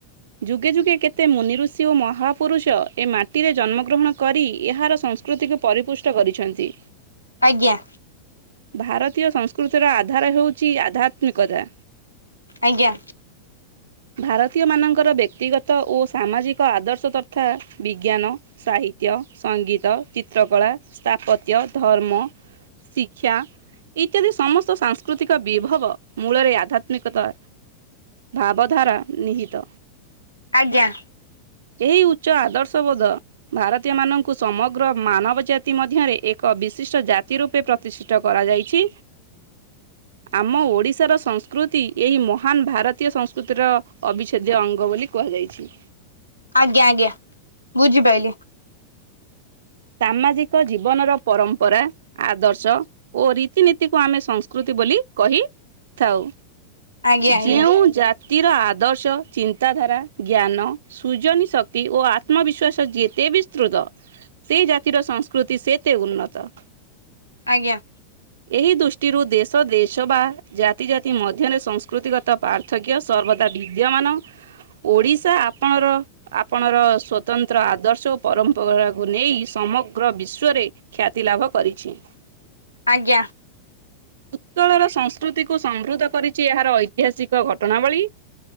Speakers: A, on the right (about 60°); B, on the left (about 85°).
A: ଯୁଗେ ଯୁଗେ କେତେ ମୁନି ଋଷି ଓ ମହାପୁରୁଷ ଏ ମାଟିରେ ଜନ୍ମଗ୍ରହଣ କରି ଏହାର ସଂସ୍କୃତିକୁ ପରିପୃଷ୍ଟ କରିଛନ୍ତି।
B: ଆଜ୍ଞା।
A: ଭାରତୀୟ ସଂସ୍କୃତିର ଆ ଧାରା ହେଉଛି ଆଧ୍ୟାତ୍ମିକତା।
B: ଆଜ୍ଞା।
A: ଭାରତୀୟ ମାନଙ୍କର ବ୍ୟକ୍ତିଗତ ଓ ସାମାଜିକ ଆଦର୍ଶ ତଥା ବିଜ୍ଞାନ, ସାହିତ୍ୟ, ସଙ୍ଗୀତ, ଚିତ୍ରକଳା ସ୍ଥାପତ୍ୟ ଧର୍ମ ଶିକ୍ଷା ଇତ୍ୟାଦି ସମସ୍ତ ସାଂସ୍କୃତିକ ବିଭବ ମୂଳରେ ଆଧ୍ୟାତ୍ମିକତା ଭାବ ଧାରା ନିହିତ।
B: ଆଜ୍ଞା।
A: ଏହି ଉଚ୍ଚ ଆଦର୍ଶ ବୋଧ ଭାରତୀୟ ମାନଙ୍କୁ ସମଗ୍ର ମାନବ ଜାତି ମଧ୍ୟରେ ଏକ ବିଶିଷ୍ଟ ଜାତି ରୂପେ ପ୍ରତିଷ୍ଠିତ କରାଯାଇଛି। ଆମ ଓଡିଶାର ସଂସ୍କୃତି ଏହି ମହାନ ଭାରତୀୟ ସଂସ୍ କୃତିର ଅବଚ୍ଛେଦ୍ୟ ଅଙ୍ଗ ବୋଲି କୁହାଯାଇଛି।
B: ଆଜ୍ଞା, ଆଜ୍ଞା, ବୁଝିପାଇଲି।
A: ସାମାଜିକ ଜୀବନର ପରମ୍ପରା, ଆଦର୍ଶ ଓ ରୀତିନୀତିକୁ ଆମେ ସଂସ୍କୃତି ବୋଲି କହିଥାଉ।
B: ଆଜ୍ଞା ଆଜ୍ଞା
A: ଯେଉଁ ଜା ବ୍ୟକ୍ତିର ଆଦର୍ଶ ଚିନ୍ତାଧାରା ଜ୍ଞାନ, ସୁୃଜନୀ ଶକ୍ତି ଓ ଆତ୍ମବିଶ୍ୱାସ ଯେତେ ବିସ୍ତୃତ ସେଇ ଜାତିର ସଂସ୍କୃତି ସେତେ ଉନ୍ନତ।
B: ଆଜ୍ଞା।
A: ଏହି ଦୃଷ୍ଟିରୁ ଦେଶ ଦେଶ ବା ଜାତି ଜାତି ମଧ୍ୟରେ ସଂସ୍କୃତିଗତ ପାର୍ଥକ୍ୟ ସର୍ବଦା ବିଦ୍ୟମାନ ।ଓଡ଼ିଶା ଆପଣର ଆପଣର ସ୍ୱତନ୍ତ୍ର ଆଦର୍ଶ ଓ ପରମ୍ପରା କୁ ନେଇ ସମଗ୍ର ବିଶ୍ୱରେ ଖ୍ୟାତି ଲାଭ କରିଛି।
B: ଆଜ୍ଞା।
A: ଉତ୍କଳର ସଂସ୍କୃତିକୁ ସମୃଦ୍ଧ କରିଚି ଏହାର ଐତିହାସିକ ଘଟଣାବଳୀ।